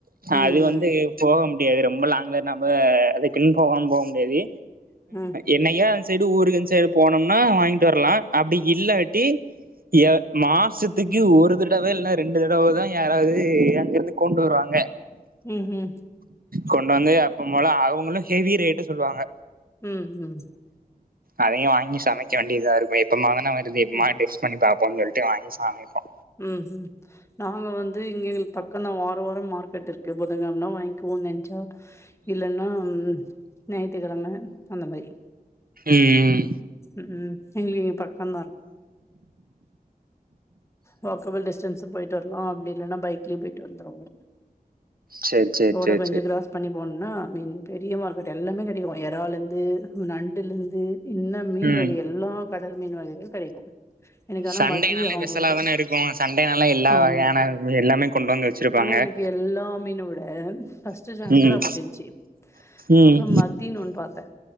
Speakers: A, on the left; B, on the right.
A: ம்
B: அது வந்து போகமு டியாது ரொம்ப லாங்ல நம்ம அது கின் போகனு போக முடியாது
A: ம்
B: என்னையா அன்சைடு ஊருக்கு அன் சைடு போனோம்னா வாங்கிட்டு வரலா அப்டி இல்லாட்டி எ மாசத்துக்கு ஒரு தடவ இல்லன்னா ரெண்டு தடவதா யாராவது அங்கருந்து கொண்டு வருவாங்க
A: ம் ம்
B: கொண்டாந்து அப்பம் போல அவங்களு ஹெவி ரேட்டு சொல்லுவாங்க
A: ம் ம்
B: அதயையு வாங்கி சமைக்க வேண்டியதா இருக்கு எப்பமோ தானே வருது எப்பமா
A: ம்,
B: டெஸ்ட் பண்ணி பாப் போனு சொல்லிட்டு வாங்கி சமைப்போ
A: ம் ம் நாங்க வந்து இங்க எங்ளுக் பக் கோ தா வார வாரம் மார்க்கெட் இருக்கு புதன் கிழமனான வாங்கிப்போ நென்ச்சா இல்லன்னா ஞாயித்து கிழம அந்த மாரி
B: ம் ம்
A: ம் எங்களுக்கு இங்க பக்கம் வாக்கபுள் டிஸ்டன்ஸு போய்ட்டு வர்லா அப்டி இல்லன்னா பை க்ல போய்ட்டு வந்திருவோ
B: சேரி சேரி
A: ரோட
B: சேரி
A: கொஞ்ச
B: சேரி
A: க்ராஸ் பண்ணி போனா மீன் பெரிய மார்க்கெட் எல்லாமே கெடைக்கு எறாலந்து நண்டுலிந்து இன்ன மீன்
B: ம்
A: வகை எல்லா கடல் மீன் வகைளு கெடைக்கு எனக் ஆனா
B: சண்டேனாலே
A: மத் திதா
B: ஸ்பெஷலா
A: புடிக்கு
B: தான இருக்கு சண்டேனால எல்லா
A: ஆமா
B: வகையான எல்லாமே கொண்டு வந்து வச்சிருப்பாங்க
A: ஆனா எனக்கு எல்லா மீன விட ஃபஸ்ட்டு சங்கராபுட்ச்சின்ச்சு
B: ம் ம்
A: அப்புறம் மத்தீன் ஒன் பாத்த